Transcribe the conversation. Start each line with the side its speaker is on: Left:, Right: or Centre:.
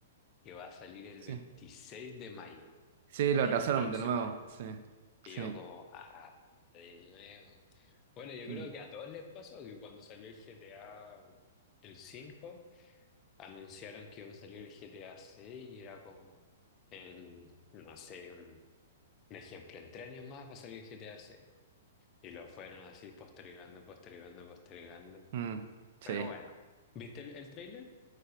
Left: que va a salir el
Right: Sí.
Left: 26 de mayo
Right: Sí,
Left: del
Right: lo atrasaron
Left: próximo
Right: de nuevo.
Left: año.
Right: Sí.
Left: Y
Right: Sí.
Left: yo como, ah, de nuevo. Bueno, yo creo
Right: Mm,
Left: que a todos les pasó que cuando salió el GTA el cinco anunciaron que iba a salir el GTA 6 y era como, en, no sé, un, un ejemplo, en tres años más va a salir el GTA 6. Y lo fueron así postergando, postergando, postergando.
Right: mm, sí.
Left: Pero bueno, ¿Viste el, el tráiler?